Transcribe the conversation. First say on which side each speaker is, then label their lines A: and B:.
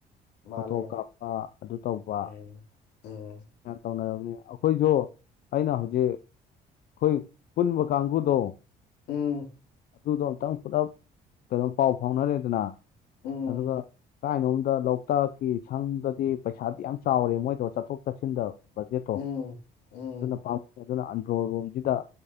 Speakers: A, on the left; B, on the left.
A: ꯃꯥꯅꯦ
B: ꯐꯣꯇꯣ ꯀꯥꯞꯄ ꯑꯗꯨ ꯇꯧꯕ
A: ꯎꯝ ꯎꯝ
B: ꯌꯥꯝ ꯇꯧꯅꯔꯕꯅꯤ ꯑꯈꯣꯏꯁꯨ ꯑꯩꯅ ꯍꯧꯖꯤꯛ ꯈꯣꯏ ꯄꯨꯟꯕ ꯀꯥꯡꯕꯨꯗꯣ
A: ꯎꯝ
B: ꯑꯗꯨꯗꯣ ꯑꯝꯇꯪ ꯄꯨꯂꯞ ꯀꯩꯅꯣ ꯄꯥꯎ ꯐꯥꯎꯅꯔꯦꯗꯅ
A: ꯎꯝ
B: ꯑꯗꯨꯒ ꯀꯥꯏꯅꯣꯝꯗ ꯂꯣꯛꯇꯥꯛꯀꯤ ꯁꯪꯗꯗꯤ ꯄꯩꯁꯥꯗꯤ ꯌꯥꯝ ꯆꯥꯎꯔꯦ ꯃꯣꯏꯗꯣ ꯆꯠꯊꯣꯛ ꯆꯠꯁꯤꯟꯗ ꯕꯖꯦꯠꯇꯣ
A: ꯎꯝ ꯎꯝ
B: ꯑꯗꯨꯅ ꯄꯥꯝ ꯗꯨꯅ ꯑꯟꯗ꯭ꯔꯣ ꯔꯣꯝꯒꯤꯗ